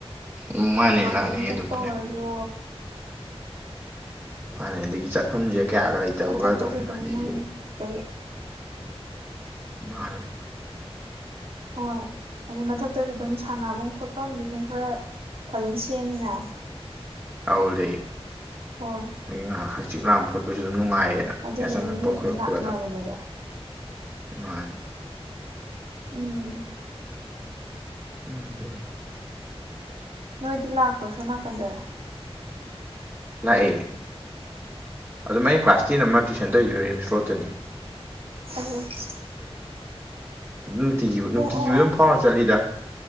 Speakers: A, on the right; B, on the right.
A: ꯎꯝ ꯃꯥꯅꯦ
B: ꯋꯥꯛꯀꯤꯡ
A: ꯂꯥꯛꯅꯤꯡꯉꯤ
B: ꯆꯠꯄ
A: ꯑꯗꯨꯝ
B: ꯑꯣꯏꯔꯁꯨ
A: ꯃꯥꯟꯅꯩ ꯑꯗꯒꯤ ꯆꯠꯐꯝꯁꯦ ꯀꯌꯥꯒ ꯂꯩꯇꯕꯒ
B: ꯃꯊꯛꯇꯁꯨ
A: ꯑꯗꯨꯝ ꯍꯧꯖꯤꯛꯁꯦ
B: ꯃꯣꯏ ꯀꯩ
A: ꯃꯥꯟꯅꯦ
B: ꯍꯣꯏ ꯑꯗꯨꯗꯩ ꯃꯊꯛꯇꯁꯨ ꯑꯗꯨꯝ ꯁꯥꯟꯐꯝ ꯈꯣꯠꯄꯁꯨ ꯑꯗꯨꯝ ꯈꯥꯔ ꯐꯖꯅ ꯁꯦꯝꯃꯤꯅ
A: ꯇꯧꯗ
B: ꯍꯣꯏ
A: ꯉꯥꯏꯍꯥꯛ ꯍꯛꯆꯤꯛ ꯂꯥꯡꯕ ꯈꯣꯠꯄꯁꯨ ꯑꯗꯨꯝ ꯅꯨꯡ ꯉꯥꯏꯌꯦꯅ
B: ꯑꯗꯨꯗꯨꯅ
A: ꯌꯥꯆꯪꯉꯛꯄ
B: ꯃꯤꯗꯤ ꯑꯗꯨꯝ
A: ꯈꯣꯠꯂꯛꯄꯒꯗꯣ
B: ꯂꯥꯛꯅꯕꯅꯦꯕ
A: ꯃꯥꯅꯤ
B: ꯎꯝ
A: ꯑꯗꯨꯅꯤ
B: ꯅꯣꯏꯗꯤ ꯂꯥꯛ ꯇ꯭ꯔꯣ ꯁꯣꯝꯅꯥꯀꯟꯗ
A: ꯂꯥꯛꯑꯦ ꯑꯗꯨꯝ ꯑꯩꯅ ꯀ꯭ꯂꯥꯁ ꯇꯦꯟ ꯑꯃ ꯇꯨꯏꯁꯟ ꯇꯨꯋꯤꯗꯣ ꯔꯤꯝꯁ ꯔꯣꯗꯠꯇꯅꯤ
B: ꯑꯗꯨꯅꯤ
A: ꯑꯗꯨꯝ ꯅꯨꯡꯇꯤꯒꯤ ꯅꯨꯡꯇꯤꯒꯤ
B: ꯑꯣ
A: ꯑꯗꯨꯝ
B: ꯑꯣ
A: ꯐꯥꯎꯔ ꯆꯠꯂꯤꯗ